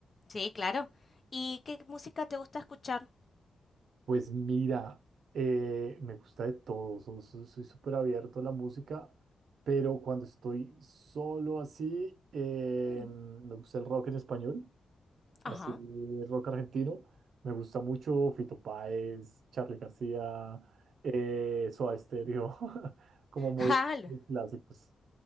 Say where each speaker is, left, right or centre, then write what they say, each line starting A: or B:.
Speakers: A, on the left; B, on the right.
A: sí, claro. ¿Y qué música te gusta escuchar?
B: Pues mira, eh, me gusta de todo, so- so- soy súper abierto a la música, pero cuando estoy solo así, eh,
A: Mm,
B: me gusta el rock en español. Así
A: Ajá.
B: rock argentino. Me gusta mucho Fito Páez, Charly García, eh, Soda Stereo, <laughs> como muy,
A: <laughs> Ah, lo-
B: muy clásicos.